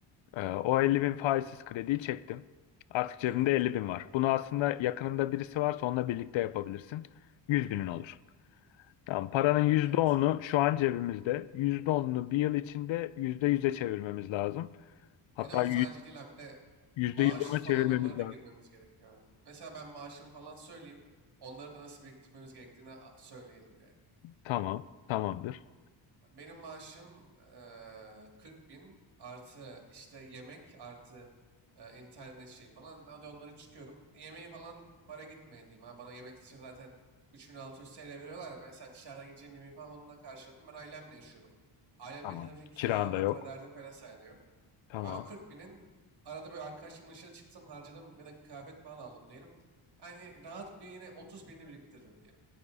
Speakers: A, on the left; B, on the right.
A: Ee, o 50 bin faizsiz krediyi çektim. Artık cebimde
B: Evet.
A: 50 bin var. Bunu aslında yakınında birisi varsa onunla birlikte yapabilirsin. 100 binin olur. Tamam, paranın yüzde
B: Evet.
A: onu şu an cebimizde. %10'unu bir yıl içinde yüzde yüz'e çevirmemiz lazım. Hatta
B: Bir de o sadece değil abi. Bir de
A: Yüzde
B: maaş
A: yüz ona
B: falan
A: çevirmemiz
B: onlara da
A: lazım.
B: girmemiz gerekiyor abi. Mesela ben maaşımı falan söyleyeyim. Onları da nasıl biriktirmemiz gerektiğini a- söyleyelim yani.
A: Tamam. Tamamdır.
B: Benim maaşım eee 40 bin artı işte yemek artı eee, internet şeyi falan. Hadi onları çıkıyorum. Yemeği falan para gitmeye diyeyim. Abi. Bana yemek için zaten 3600 TL veriyorlar ya. Mesela dışarıdan yiyeceğim yemeği falan onunla karşıladım. Ben ailemle yaşıyorum. Ailemle
A: Tamam.
B: yaşadığım için kira,
A: Kiran
B: fatura
A: da yok.
B: derdim falan sayede yok.
A: Tamam.
B: Ya ben o 40 binin arada böyle arkadaşımla dışarı çıktım harcadım ve de kıyafet falan aldım diyelim. Hani rahat bir yine 30 binini biriktiririm diyelim.